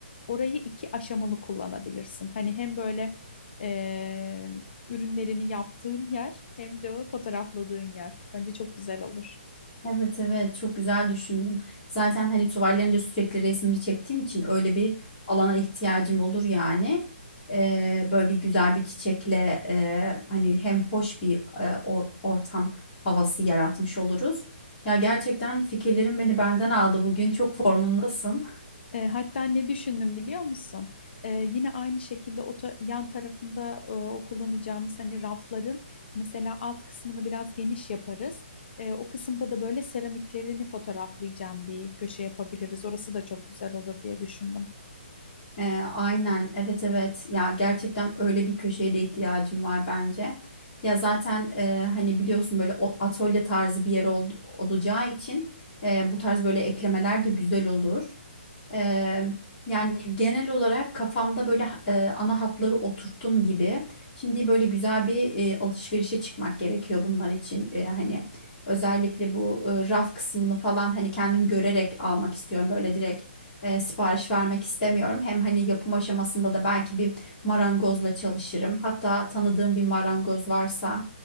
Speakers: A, on the left; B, on the left.
A: orayı iki aşamalı kullanabilirsin. Hani hem böyle eee, ürünlerini yaptığın yer hem de o fotoğrafladığın yer. Bence çok güzel olur.
B: Evet evet çok güzel düşündüm. Zaten hani tuvallerinde sürekli resmini çektiğim için öyle bir alana ihtiyacım olur yani. Ee, böyle bir güzel bir çiçekle e, hani hem hoş bir e, or- ortam havası yaratmış oluruz. Ya gerçekten fikirlerin beni benden aldı bugün. Çok formundasın.
A: E, hatta ne düşündüm biliyor musun? E, yine aynı şekilde o ta- yan tarafında e, o kullanacağımız hani rafların mesela alt kısmını biraz geniş yaparız. E, o kısımda da böyle seramiklerini fotoğraflayacağım bir köşe yapabiliriz. Orası da çok güzel olur diye düşündüm.
B: Ee, aynen evet evet ya gerçekten öyle bir köşeye de ihtiyacım var bence. Ya zaten e, hani biliyorsun böyle o- atölye tarzı bir yer ol- olacağı için e, bu tarz böyle eklemeler de güzel olur. Eee, yani genel olarak kafamda böyle eee, ana hatları oturttum gibi. Şimdi böyle güzel bir eee, alışverişe çıkmak gerekiyor bunlar için. Eee, hani özellikle bu eee, raf kısmını falan hani kendim görerek almak istiyorum. Böyle direkt eee, sipariş vermek istemiyorum. Hem hani yapım aşamasında da belki bir marangozla çalışırım. Hatta tanıdığım bir marangoz varsa